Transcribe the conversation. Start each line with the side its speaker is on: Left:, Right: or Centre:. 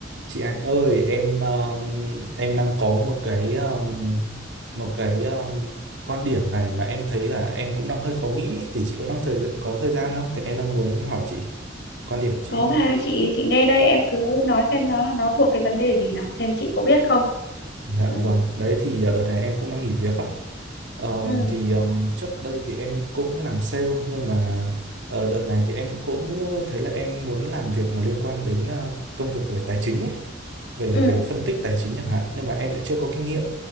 Right: Chị Anh ơi, em ờ, em đang có một cái ờ, một cái ờ, quan điểm này mà em thấy là em cũng đang hơi khó nghĩ ấy. Thì chị có đang thời có thời gian không? Thì em đang muốn hỏi chị quan điểm của chị
Left: có
Right: ạ.
Left: mà chị chị nghe đây em cứ nói xem nó là nó thuộc cái vấn đề gì nào xem chị có biết không
Right: Dạ
Left: ừ
Right: vâng, đấy thì ờ, đợt này em cũng đang nghỉ việc á. Ờm,
Left: ừ
Right: thì ờm, trước đây thì em cũng làm sale nhưng mà ờ, đợt này thì em cũng thấy là em muốn làm việc mà liên quan đến ờ, công việc về tài chính ấy. về
Left: ừ
Right: về phân tích tài chính chẳng hạn nhưng mà em lại chưa có kinh nghiệm